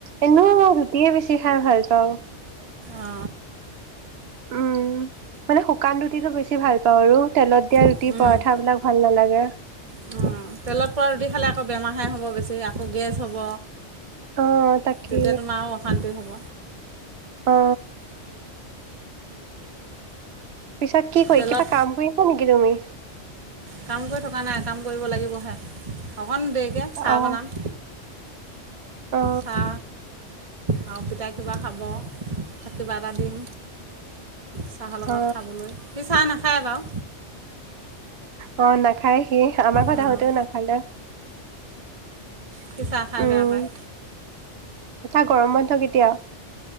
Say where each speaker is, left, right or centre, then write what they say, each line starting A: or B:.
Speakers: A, on the right; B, on the right.
A: এনে মই ৰুটিয়ে বেছি খাই ভাল। কও।
B: অ।
A: উম মানে শুকান ৰুটটো বেছি। ভাল পাওঁ আৰু তেলত। এতিয়া
B: খালে
A: ৰুটি পৰঠা বিলাক ভাল নালাগে।
B: অঁ তেলত পোৱা ৰুটি খালে আকৌ বেমাৰহে হ'ব বেছি আকৌ গেছ হ'ব।
A: অ তাকে
B: তেতিয়া তোমাৰো অশান্তি হ'ব।
A: অ। পিছত কি কৰি
B: তেলত
A: কিবা কাম কৰি আছা নেকি তুমি?
B: কাম কৰি থকা নাই কাম কৰিব লাগিবহে। অঁ দেৰিকে চাহ
A: অ
B: বনাম।
A: অ
B: চাহ। আৰু পিতাই কিবা খাব তাক কিবা এটা দিম। চাহৰ লগত
A: অ
B: খাবলৈ সি চাহ না। নাখায় বাওঁ
A: অঁ না নাখায় সি আমাৰ ঘৰত
B: অঁ
A: আহোতেওঁ নাখালে
B: সি চাহ খাই
A: উম
B: বেয়া পায়
A: তাৰ গৰম বন্ধ কেতিয়া।